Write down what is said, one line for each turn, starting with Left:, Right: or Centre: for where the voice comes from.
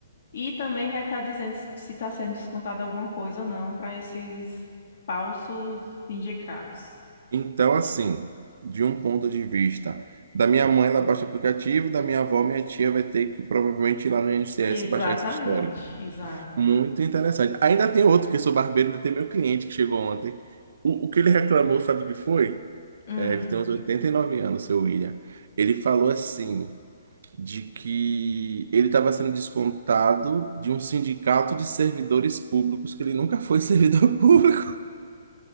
Left: E também vai estar dizendo se está sendo descontada alguma coisa ou não para esses falsos sindicatos.
Right: então, assim, de um ponto de vista, da minha mãe ela baixa o aplicativo, da minha avó, minha tia vai ter que provavelmente ir lá no INSS
Left: Exatamente,
Right: baixar esse histórico.
Left: exato.
Right: Muito interessante. Ainda tem outro, que eu sou barbeiro, ainda tem meu cliente que chegou ontem. O, o que ele reclamou, sabe o que foi?
Left: Hum,
Right: É, ele tem uns 89 anos, seu William. Ele falou assim, de que ele estava sendo descontado de um sindicato de servidores públicos, que ele nunca foi <laughs> servidor público.